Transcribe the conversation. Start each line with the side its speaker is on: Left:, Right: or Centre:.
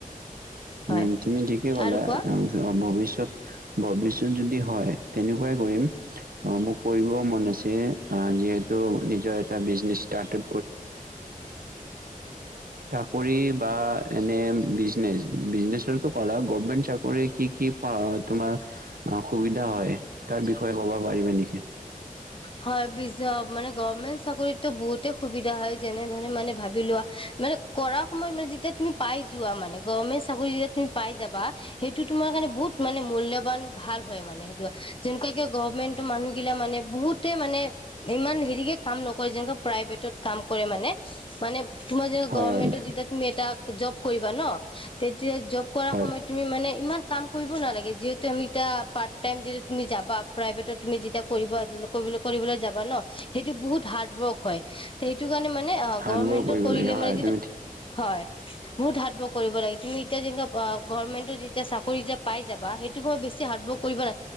Left: হয়
Right: উম, তুমি ঠিকেই ক'লা।
Left: আৰু কোৱা।
Right: অ', ভৱিষ্যত, ভৱিষ্যত যদি হয়, তেনেকুৱাই কৰিম। অ', মোক কৰিবও মন আছে, অ', যিহেতু নিজৰ এটা বিজনে একম এ কৰি, বা, এনে বিজনেছ, বিজনেছো ক'লা গভমেণ্ট চাকৰি কি কি তোমাৰ অ', সুবিধা হয়। তাৰ বিষয়ে ক'ব পাৰিবা নেকি?
Left: হয়, মানে গভমেন্ট চাকৰিতো বহুত সুবিধা হয়, যেনে ধৰণে মানে ভাবি লোৱা মানে কৰা সময়ত মানে যেতিয়া তুমি পাই যোৱা মানে, গভৰ্মেণ্ট চাকৰি যেতিয়া তুমি পাই যাবা। সেইটো তোমাৰ কাৰণে বহুত মানে মূল্যবান ভাল হয় মানে সেইটো যেনেকুৱা কিয় গভৰ্মেন্টৰ মানুহগিলা মানে বহুতে মানে, ইমান হেৰিকে কাম নকৰে, যেনেকুৱা প্ৰাইভেটত কাম কৰে মানে, মানে তোমাৰ যেতিয়া
Right: হয়,
Left: গভৰ্মেন্টৰ
Right: হয়,
Left: যেতিয়া তুমি এটা জব কৰিবা ন, তেতিয়া জব কৰাৰ
Right: হয়।
Left: সময়ত তুমি মানে ইমান কাম কৰিব নালাগে। যিহেতু আমি এতিয়া পাৰ্ট টাইম যিটো তুমি যাবা প্ৰাইভেটত তুমি যেতিয়া কৰিব- কৰিব, কৰিবলৈ যাবা ন। সেইটো বহুত হাৰ্ডৱৰ্ক হয়। সেইটো কাৰণে মানে অ,
Right: হাৰ্ডৱৰ্ক
Left: গভমেন্টত
Right: কৰিব
Left: কৰিলে
Right: লাগে হয়
Left: মানে যিটো
Right: তুমি ঠিক
Left: হয়। বহুত হাৰডৱৰ্ক কৰিব লাগে, তুমি এতিয়া যেনে গমেন্টত যেতিয়া চাকৰি যেতিয়া পাই যাবা সেইটোক মইছ হৰ্ কৰিব ন,